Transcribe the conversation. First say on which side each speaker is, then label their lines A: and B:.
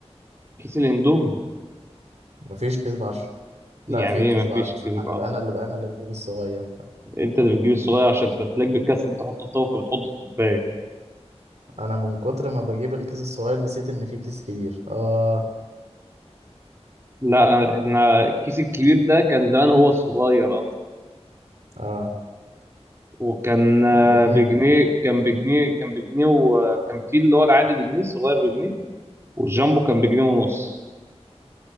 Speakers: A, on the right; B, on the right.
A: كيس الاندومي
B: مفيش كيس ب 10
A: يعني
B: لا في
A: ايه
B: كيس
A: مفيش
B: ب 10 صح
A: كذب اصلا
B: انا بقى انا اللي بقى انا اللي بجيب الصغير
A: انت اللي بتجيب الصغير عشان تلاقي بالكاس انت تحطه في طاوله فبتحطه في الكوبايه
B: انا من كتر ما بجيب الكيس الصغير نسيت ان في كيس كبير اه
A: لا احنا الكيس الكبير ده كان زمان هو الصغير اصلا
B: اه
A: وكان آه،
B: الدنيا
A: بجنيه كان بجنيه كان بجنيه وكان في اللي هو العادي بجنيه الصغير بجنيه والجامبو كان بجنيه ونص